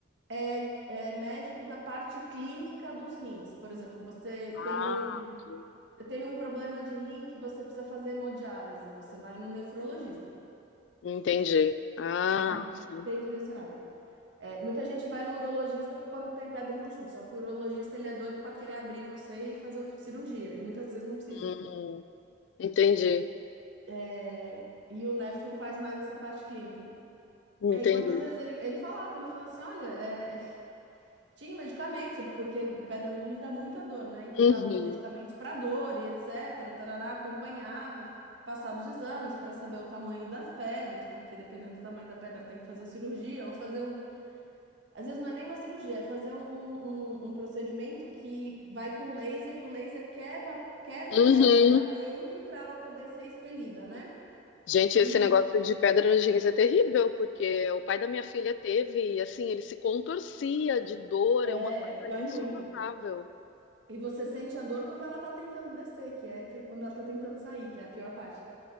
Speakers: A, on the right; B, on the left.
A: é, é médico da parte clínica dos rins. Por exemplo, você
B: Ah,
A: tem um,
B: ok.
A: você tem um problema de rim que você precisa fazer hemodiálise, você vai no nefrologista.
B: Entendi. Ah,
A: É
B: Sim.
A: bem direcionado. É, muita gente vai no urologista por quando tem pedra no rim, só que o urologista ele é doido para querer abrir você e fazer o- cirurgia, e muitas vezes não precisa.
B: hum, entendi.
A: É, e o nefro faz mais essa parte clínica.
B: Entendi.
A: É, e quantas vezes ele, ele falava, ele falou assim, olha, é, Tinha medicamentos, porque pedra no rim dá muita dor, né? Então
B: Uhum.
A: dava os medicamentos para dor e etc. Tarará, acompanhava, passava os exames para saber o tamanho das pedras, porque dependendo do tamanho da pedra tem que fazer cirurgia ou fazer um. Às vezes não é nem uma cirurgia, é fazer um, um, um- um procedimento que vai com laser e o laser quebra, quebra
B: Uhum.
A: a pedra lá dentro para ela poder ser expelida, né?
B: Gente, esse
A: E
B: negócio de pedra nos rins é terrível, porque o pai da minha filha teve, e assim, ele se contorcia de dor,
A: é,
B: é uma coisa
A: dói
B: insuportável.
A: muito. E você sente a dor quando ela tá tentando descer, que é, que é quando ela tá tentando sair, que é a pior parte.